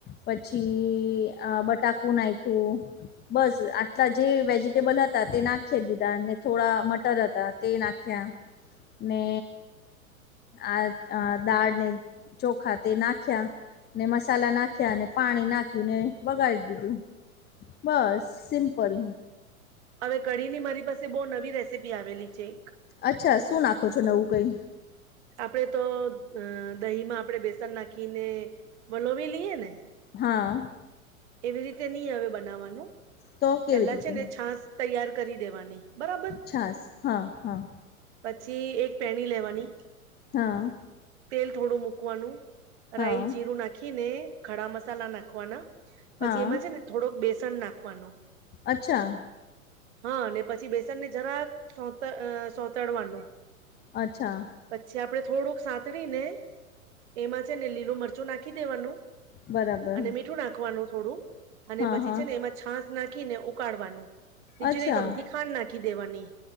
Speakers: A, on the left; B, on the right.
A: પછી આ બટાકુ નાખું. બસ આટલા જે વેજિટેબલ હતા તે નાખી દીધા ને થોડા મટર હતા. તે નાખ્યા ને આ દાળને ચોખા તે નાખ્યા ને મસાલા નાખ્યા અને પાણી નાખ્યું ને બગાડી દીધું. બસ સિમ્પલ.
B: હવે કઢી ની મારી પાસે બહુ નવી રેસીપી આવેલી છે.
A: અચ્છા શું નાખો છો નવું કઈ.
B: આપણેે તો અ દહીમાં આપણે બેસન નાખીને વલોવી લઈએ ને.
A: હા.
B: એવી રીતે ની હવે બનાવવાનું
A: તો કેવી
B: પેલા
A: રીતે
B: છે ને છાાસ તૈયાર કરી દેવાની. બરાબર
A: છાસ હા હા
B: પછી એક પેણી લેવાની.
A: હા.
B: તેલ થોડું મૂકવાનું
A: હા
B: રાઈ જીરું નાખીને ખડા મસાલા નાખવાના. પછી
A: હા
B: એમાં છે ને થોડોક બેસણ નાખવાનું.
A: અચ્છા
B: હા પછી બેસનની. જરાક અ સો સોતડવાનું.
A: અચ્છા.
B: પછી આપડણે થોડુંક સાતડી ને એમાં છે ને લીલો મરચું નાખી દેવાનું.
A: બરાબર
B: અને મીઠું નાખવાનું થોડું. અને
A: હા
B: પછી
A: હા
B: છે ને એમાં છાસ નાખીને ઉકાળવાનું ને
A: અચ્છા
B: જીરિક આમથી ખાંડ નાખી દેવાની